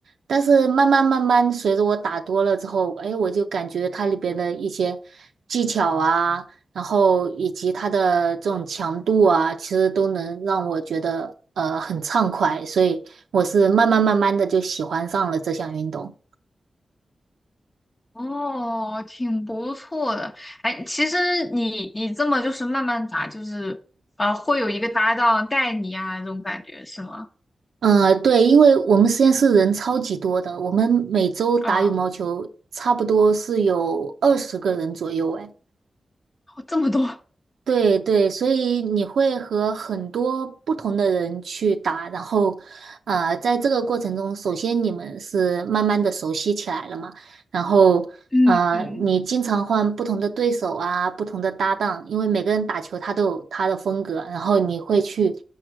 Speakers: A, on the right (about 85°); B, on the left (about 35°).
A: 但是慢慢慢慢，随着我打多了之后，哎，我就感觉它里边的一些技巧啊，然后以及它的这种强度啊，其实都能让我觉得呃很畅快，所以我是慢慢慢慢的就喜欢上了这项运动。
B: 哦，挺不错的。哎，其实你你这么就是慢慢打，就是呃，会有一个搭档带你啊，这种感觉是吗？
A: 嗯，对，因为我们实验室人超级多的，我们每周打羽毛球差不多是有二十个人左右，
B: 啊，
A: 哎。
B: 这么多，
A: 对对，所以你会和很多不同的人去打，然后，呃，在这个过程中，首先你们是慢慢的熟悉起来了嘛，然后，
B: <laughs> 嗯嗯
A: 呃，你经常换不同的对手啊，不同的搭档，因为每个人打球他都有他的风格，然后你会去，